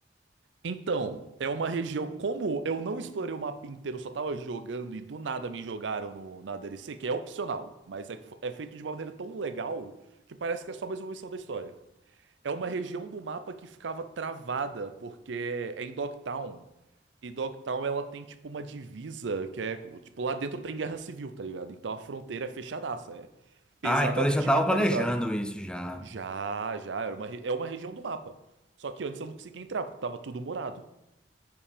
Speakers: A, on the right (about 85°); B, in the centre.
A: Então, é uma região. Como eu não explorei o mapa inteiro, eu só tava jogando e do nada me jogaram no, na DLC, que é opcional, mas é, que fo- é feito de uma maneira tão legal que parece que é só mais uma missão da história. É uma região do mapa que ficava travada, porque é em Dogtown. E Dogtown ela tem tipo uma divisa que é. Tipo, lá dentro tem guerra civil, tá ligado? Então a fronteira é fechadaça, é pesadamente
B: Ah, então eles já estavam
A: militarizada.
B: planejando isso já.
A: Já, já, é uma, re- é uma região do mapa. Só que antes eu não conseguia entrar, porque tava tudo morado.